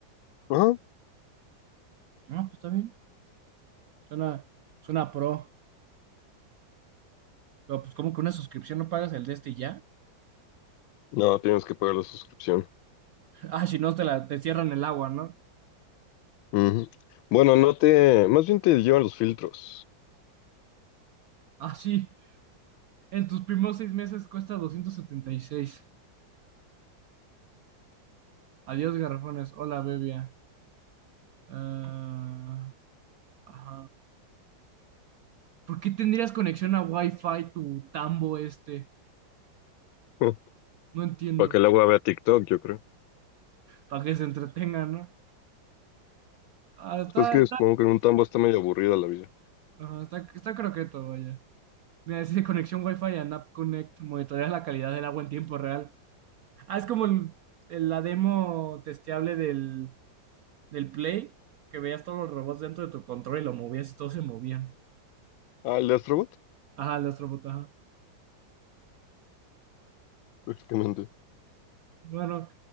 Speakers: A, on the left (about 85°); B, on the right (about 75°).
A: Ajá.
B: Ah, pues está bien. Suena, suena pro. Pero pues como que una suscripción no pagas el de este y ya.
A: No, tienes que pagar la suscripción.
B: <laughs> Ah, si no te la, te cierran el agua, ¿no?
A: Ujú. Bueno, no te, más bien te llevan los filtros.
B: Ah, sí. En tus primeros seis meses cuesta doscientos setenta y seis Adiós, garrafones. Hola, bebia. Ah, ajá. ¿Por qué tendrías conexión a Wi-Fi tu tambo este?
A: <laughs>
B: No entiendo.
A: Para que el agua vea TikTok, yo creo.
B: Para que se entretenga, ¿no? Ah, está,
A: Pues es que
B: está,
A: supongo que en un tambo está medio aburrida la vida.
B: ajá, está, está croqueto, vaya. Mira, es de conexión Wi-Fi and App Connect monitorea la calidad del agua en tiempo real. Ah, es como el- el- la demo testeable del, del Play, que veías todos los robots dentro de tu control y lo movías y todos se movían.
A: Ah, el de Astrobot,
B: Ajá, el Astrobot, ajá.
A: prácticamente.
B: Bueno,